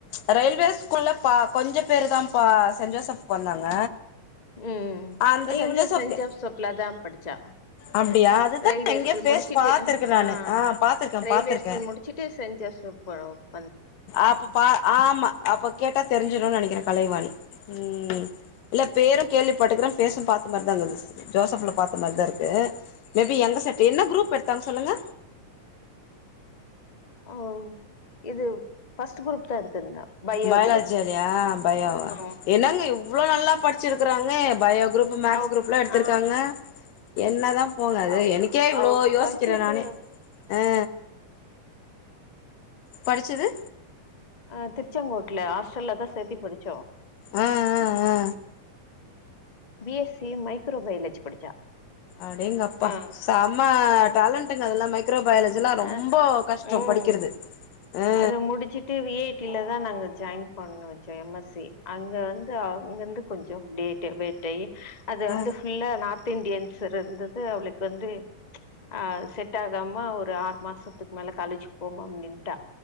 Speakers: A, on the left (about 80°); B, on the left (about 20°).
A: அ ரயில்வே ஸ்கூல்ல ப கொஞ்ச பேரு தாம்ப்பா சென்ட் ஜோசப்கு வந்தாங்க
B: ம்
A: அந்த
B: இவளு
A: ஜோசப்க்கு
B: சென்ட் ஜோசப்ல தா படுச்சா
A: அப்டியா அதுதா
B: ரயில்வே
A: எங்கயோ
B: ஸ்கூல்
A: ஃபேஸ்
B: முடுச்சுட்டு
A: பாத்துருக்கே
B: அ ஹா
A: நானு ஆ பாத்துருக்கே
B: ரயில்வே
A: பாத்துருக்கே
B: ஸ்கூல் முடுச்சுட்டு சென்ட் ஜோசப் ப
A: அப்ப பா ஆமா அப்ப கேட்டா தெருஞ்சுரு நனக்கிறே கலைவாணி ம் இல்ல பேரு கேள்வி பட்டுக்கிற பேசு பாத்த மாரிதாங்குது ஜோசப்ல பாத்த மாரிதா இருக்கு மேபி எங்க செட் என்ன குரூப் எடுத்தாங்க சொல்லுங்க
B: அ ஓ இது ஃபர்ஸ்ட் குரூப் தா எடுத்திருந்தா பயோ
A: பயொலஜாரியா
B: குரூப்
A: பயொவா
B: ஆ
A: என்னங்க இ வ்ளோ நல்லா படுச்சிருக்குறாங்க பயோ குரூப்பு மேக்ஸ்
B: அவ
A: குரூப்லா எடுத்துருக்காங்க
B: ஆ
A: என்னதா போங்க அது
B: அவ்
A: எனக்கே இவ்ளோ
B: அவ
A: யோசிக்கிற
B: படிச்சது
A: நானெ ஆ படுச்சது
B: அ திருச்செங்கோட்லதா ஹாஸ்டல்ல தா சேத்தி படிச்சோ
A: ஆ ஆ ஆ
B: பி எஸ் சி மைக்ரோபயாலஜி படிச்சா
A: அடேங்கப்பா
B: ஆ
A: செம
B: ம்
A: டேலண்டுங்க அதலாமை க்ரோ பயாலஜிலா ரொம்ப
B: ஆ
A: கஷ்டோ
B: ம்
A: படிக்கிறது ஆ
B: அத முடிச்சிட்டு வி ஐ டில தா நாங்க ஜாயின் பண்ண வச்சோ எம் எஸ் சி அங்க வந் து அங்கருந்து கொஞ்சோ வ் டேட்டு வெட்டை அது வந்து
A: ஆ
B: ஃபுல்லா நார்த் து இந்தியன்ஸ் இருந்தது அவளுக்கு வந்து ஆ செட் ஆகாம ஒரு ஆறு மாசத்துக்கு மேல காலேஜ் போமாம் நின்ட்டா